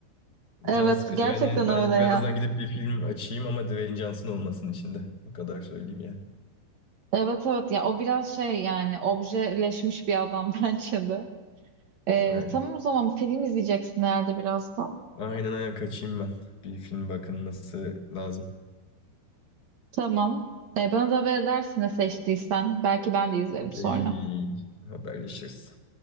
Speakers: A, on the right; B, on the left.
A: Evet
B: Can sıkıcı.
A: gerçekten
B: Hani ben
A: öyle
B: birazdan
A: ya.
B: gidip bir film açayım ama Dwayne Johnson olmasın içinde. O kadar söyleyeyim yani.
A: Evet evet ya o biraz şey yani objeleşmiş bir adam <laughs> bence de. E,
B: Aynen.
A: tamam o zaman film izleyeceksin herhalde birazdan.
B: Aynen aynen kaçayım ben. Bir film bakılması lazım.
A: Tamam. E, bana da haber edersin ne seçtiysen. Belki ben de izlerim
B: Okey.
A: sonra.
B: Haberleşiriz.